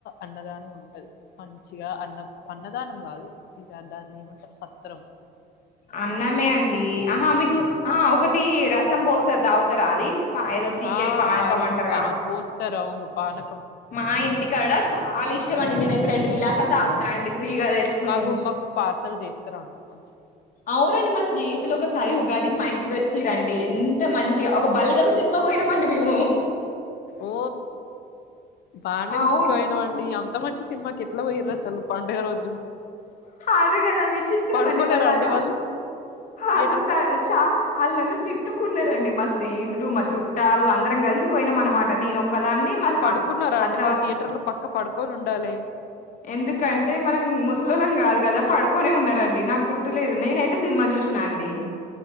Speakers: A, on the left (about 70°); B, on the left (about 50°).
A: అన్నదానం ఉంటుంది మంచిగా అన్న అన్నదానం కాదు ఇక దాన్ని ఏమంటారు సత్రం
B: అన్నమే అండి ఆహా మీకు ఆ ఒకటి రసం పోస్తారు తాగుతారా అది ఏదో తీయ్యటి
A: ఆ
B: పానకం
A: ఆ రోజు
B: అంటారుగా
A: ఆ రోజు పోస్తారు ఆవును పనకం
B: మా ఇంటికాడ చాలా ఇష్టంమండి నేను అయితే రెండు గ్లాసాలు తాగుతా అండి ఫ్రీగా తెచ్చుకుని
A: మాకు మాకు పార్సల్ చేస్తారా అండి కొంచెం
B: అవునండి మా స్నేహితులు ఒక ఒకసారి ఉగాదికి మా ఇంటికి వచ్చి రండి ఎంత మంచిగా ఒక బల్గమ్ సినిమా పోయినామండి మేము
A: ఓ.. బాండ
B: అవును
A: తీసుకపోయినామండి అంత మంచి సినిమా ఏట్లా పోయిన్రు అసలు పండుగ రోజు
B: అది కదా విచిత్రమండి
A: పడుకోలేరా
B: మలాలు
A: అండి వాళ్ళు థియేటర్
B: అలు త
A: లో
B: చ అల్లు నన్ను తిట్టుకున్నారండి మా స్నేహితులు మా చుట్టాలు అందరం కలిసిపోయినం అన్నమాట నేను ఒక్కదాన్ని మా
A: పడుకున్నారా
B: అత్
A: అండి
B: అత్త
A: వాళ్ళు
B: వాళ్ళ
A: థియేటర్ లో పక్కా పడుకొని ఉండాలే.
B: ఎందుకంటే మనం ముసలోళ్ళం కాదు కదా పడుకొనే ఉన్నారండి. నాకు గుర్తులేదు నేనయితే సినిమా చూసినా అండి